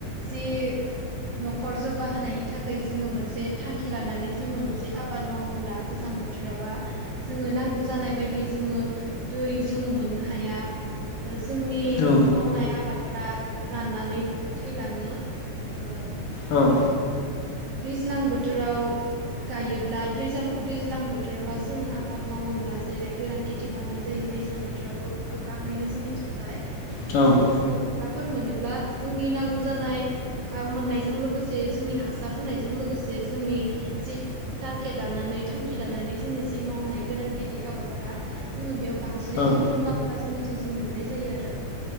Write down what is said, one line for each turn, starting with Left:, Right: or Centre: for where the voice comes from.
Right: जि न'खर जौगाहोनायनि थाखाय जोङो मोनसे थांखि लानानै जोङो मोनसे आबाद मावोब्ला गोजां बोथोरावहा जोङो नांगौ जानाय बायदि जोङो दै जोङो मोननो हाया ओ जोंनि
Left: औ
Right: मावनाय आबाद फ्रा राननानै थैलाङो ओ
Left: औ औ
Right: दैज्लां बोथोराव गायोब्ला दैजां दैज्लां बोथोरावहा जोङो आबाद मावोब्ला जेरै गोरान खेथि मावनाय जायो दैज्लां बोथोरावबो गोबाङैनो जोंनिथिंजाय
Left: औ
Right: जोङो अखा फोर मोनोब्ला जोंनि नांगौ जानाय अखा मोननायजों लोगोसे जोंनि हासा हासार होनायजों लोगोसे जोंनि जि टारगेट लानानै थांखि लानानै जोंनि जि मावनाय गोरान खेथि आबादफ्रा जोङो बेयाव बांसिनै
Left: औ
Right: जो मुलामफा जोंनिथिं जों मोननाय जायो आरो